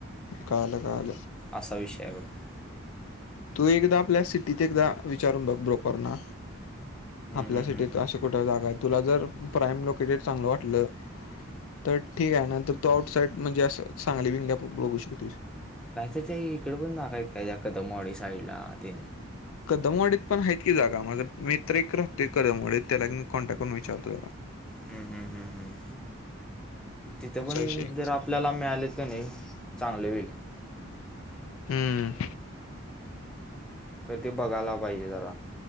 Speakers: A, on the left; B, in the centre.
A: कळाल कळाल
B: असा विषय आहे बघतो
A: तू एकदा आपल्या सिटीत एकदा विचारून बघ ब्रोकरना
B: हम्म,
A: आपल्या
B: हम्म,
A: सिटत
B: हम्म, हम्म.
A: अशा कुठे जागा आहे तुला जर प्राईम लोकेटेड चांगलं वाटलं तर ठीक आहे नंतर तू आउटसाईड म्हणजे असं सांगली बिंगली आपण बघू शकतेस
B: नाहीतं ते इकडं पण नाकायत कायखदमॉडी साईडला ते
A: कदमवाडीत पण आहेत की जागा माझा मित्र एक राहते कदमवडीत त्याला मी कॉन्टॅक्ट करून विचारतो जला
B: हम्म हम् हम्म हम् तिथं
A: असा
B: पण
A: विषय
B: जर आपल्याला मिळालेत का नाही चांगले होल
A: हमंम
B: कधी बघायला पाहिजे जरा